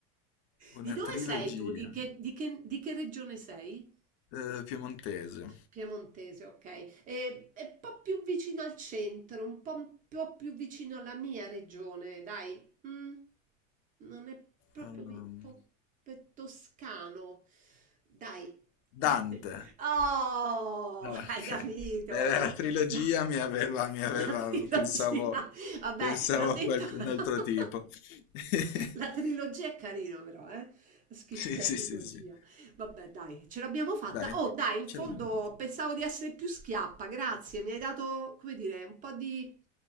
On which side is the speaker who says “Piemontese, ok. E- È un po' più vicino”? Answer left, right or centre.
Right